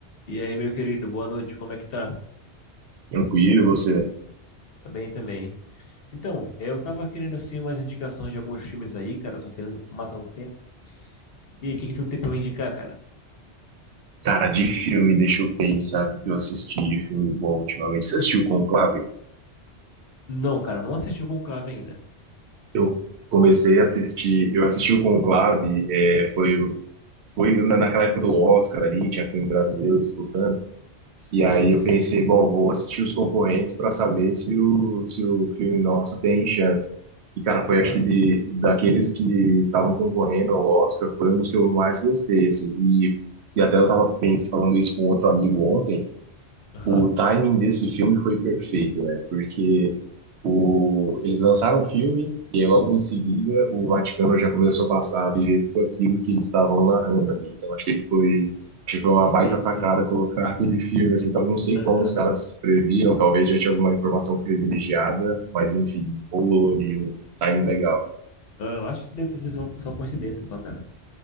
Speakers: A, on the left; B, on the right.
A: E aí, meu querido, boa noite, como é que tá?
B: Tranquilo, você?
A: Tá bem também. Então, eu tava querendo assim umas indicações de alguns filmes aí, cara, tô querendo matar o tempo. E aí, o que que tu tem pra me indicar, cara?
B: Cara, de filme, deixa eu pensar o que eu assisti de filme bom ultimamente. Você assistiu Conclave?
A: Não, cara, não assisti o Conclave ainda.
B: Eu comecei a assistir, eu assisti o Conclave, é, foi, o- foi na- naquela época do Oscar ali, tinha filme brasileiro disputando, e
A: Sei,
B: aí
A: sei.
B: eu pensei, bom, vou assistir os concorrentes para saber se o, se o filme nosso tem chance. E, cara, foi
A: Aham,
B: acho que de, daqueles que estavam concorrendo ao Oscar, foi um dos que eu mais gostei, assim, e, e até eu tava pensando, falando isso com outro amigo ontem,
A: aham.
B: O timing desse filme foi perfeito, né? Porque o... eles lançaram o filme e aí logo em seguida o Vaticano já começou a passar a viver tudo aquilo que eles estavam narrando ali. Então achei que foi, achei que foi uma baita
A: Sei,
B: sacada
A: sei.
B: colocar aquele filme assim. Então, não sei
A: Aham.
B: como os caras previram, talvez já tinha alguma informação privilegiada, mas enfim, rolou ali um timing legal.
A: Ah, Eu acho que deve ter sido só, só coincidência só, cara.